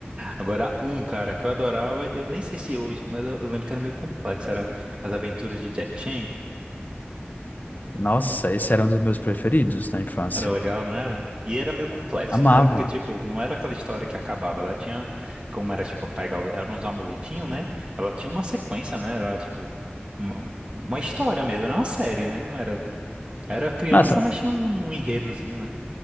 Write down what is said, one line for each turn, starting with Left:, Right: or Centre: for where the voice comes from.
Right: Agora, um cara que eu adorava, eu nem sei se hoje, mas eu eu lembro que era meio complexo. Era As Aventuras de Jack Chan.
Left: Nossa, esse era um dos meus preferidos na infância.
Right: Era legal, não era? E era meio complexo,
Left: Amava.
Right: não era? Porque, tipo, não era aquela história que acabava. Ela tinha, como era, tipo, pegar, o- eram uns amuletinhos, né? Ela tinha uma sequência, né? Era, tipo, uma, uma história mesmo, não era uma série, né? Não era. Era criança,
Left: Nossa,
Right: mas tinha um enredozinho, né?